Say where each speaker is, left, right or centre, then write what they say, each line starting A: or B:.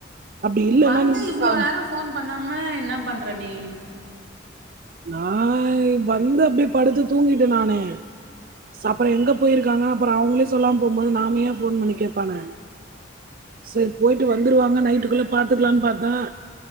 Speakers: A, on the right; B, on the right.
A: அப்டி
B: நீ
A: இல்லன்னா
B: வந்து இவ்வளோ
A: சா
B: நேரம் போன் பண்ணாம என்ன பண்ற நீ
A: நா வந்து அப்படியே படுத்து தூங்கிட்டேன் நானு சப்புறம் எங்க போயிருக்காங்கன்னு அப்புறம் அவங்களே சொல்லாம போகும்போது நாமயே போன் பண்ணி கேடப்பானே சரி போயிட்டு வந்துருவாங்க நைட்டுக்குள்ள பாத்துக்கலான்னு பாார்த்தேன்